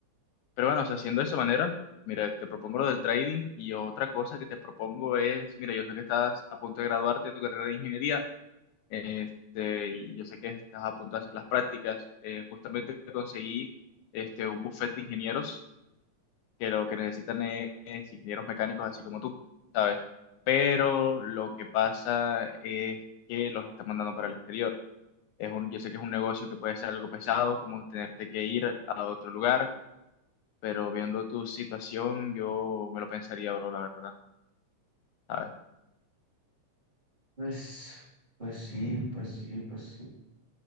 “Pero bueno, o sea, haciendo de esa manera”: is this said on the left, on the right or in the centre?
Left